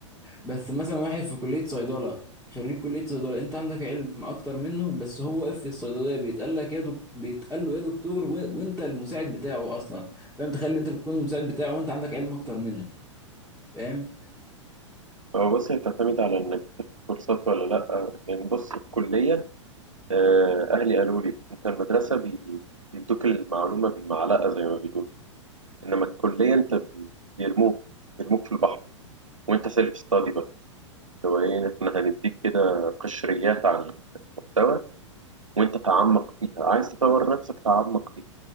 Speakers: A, in the centre; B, on the right.
A: بس مثلا واحد في كلية صيدلة خريج كلية صيدلة انت عندك علم اكتر منه بس هو واقف في الصيدلية بيتقال لك يا دكتور بيتقال له يا دكتور و... وانت المساعد بتاعه اصلا فاهم تخيل انت بتكون المساعد بتاعه وانت عندك علم اكتر منه فاهم
B: هو بص هي بتعتمد على إنك تاخد كورسات ولا لأ لأن بص الكلية آه، أهلي قالوا لي أنت المدرسة بي- بيدوك المعلومة بالمعلقة زي ما بيقولوا إنما الكلية أنت بيرموك يرموك في البحر وانت سيلف ستادي بقى هو ايه احنا هنديك كده قشريات عن المحتوى وانت تعمق فيها عايز تطور نفسك تعمق فيها